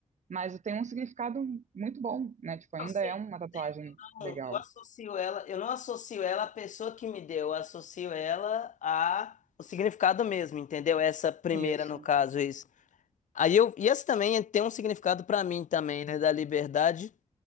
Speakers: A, on the right; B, on the left.
A: Mas tem um significado muito bom, né? Tipo, ainda
B: Não sei,
A: é uma
B: eu,
A: tatuagem
B: sei,
A: legal.
B: eu não, eu associo ela, eu não associo ela à pessoa que me deu, eu associo ela a o significado mesmo, entendeu? Essa primeira,
A: Isso.
B: no caso, isso. Aí eu, e essa também tem um significado pra mim também, né, da liberdade.